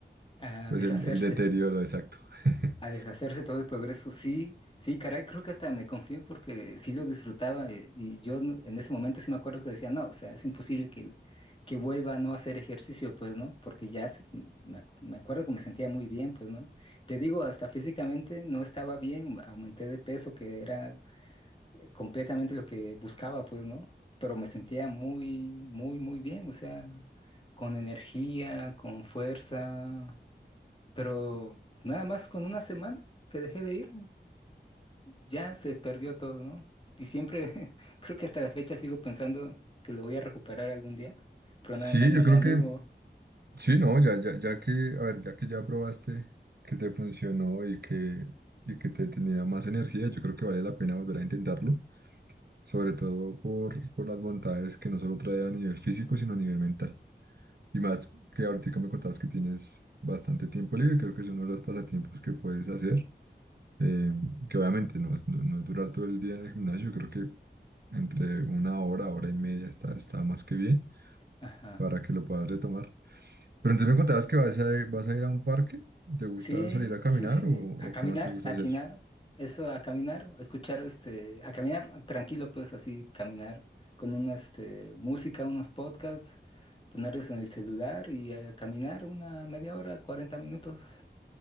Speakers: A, on the left (about 30°); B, on the right (about 60°).
A: ah,
B: pues
A: deshacerse.
B: el, el deterioro exacto. <laughs>
A: A deshacerse todo el progreso, sí, sí, caray, creo que hasta me confié porque sí lo disfrutaba eh, y yo no- en ese momento sí me acuerdo que decía, no, o sea, es imposible que, que vuelva a no hacer ejercicio, pues, ¿no? Porque ya se- me, ac- me acuerdo que me sentía muy bien, pues, ¿no? Te digo, hasta físicamente no estaba bien, aumenté de peso, que era eh, completamente lo que buscaba, pues, ¿no? Pero me sentía muy, muy, muy bien, o sea, con energía, con fuerza. Pero nada más con una semana que dejé de ir, ya se perdió todo, ¿no? Y siempre, <laughs> creo que hasta la fecha sigo pensando que lo voy a recuperar algún día, pero nada
B: Sí,
A: más no
B: yo
A: me
B: creo
A: animo.
B: que, sí, no, ya, ya, ya que, a ver, ya que ya probaste que te funcionó y que, y que te tenía más energía, yo creo que vale la pena volver a intentarlo. sobre todo por, por las bondades que no solo trae a nivel físico, sino a nivel mental. Y más que ahorita me contabas que tienes bastante tiempo libre, creo que es uno de los pasatiempos que puedes hacer, eh, que obviamente no es, no, no es durar todo el día en el gimnasio, creo que entre una hora, hora y media está, está más que bien
A: Ajá.
B: para que lo puedas retomar. Pero entonces me contabas que vas a, vas a ir a un parque, ¿te gusta
A: Sí,
B: salir a caminar
A: sí, sí.
B: o, o
A: A caminar,
B: qué más te gusta
A: a
B: hacer?
A: quinar, eso, a caminar, a escuchar, este, a caminar tranquilo, pues así, caminar con una, este, música, unos podcasts, ponerlos en el celular y a caminar una media hora, 40 minutos.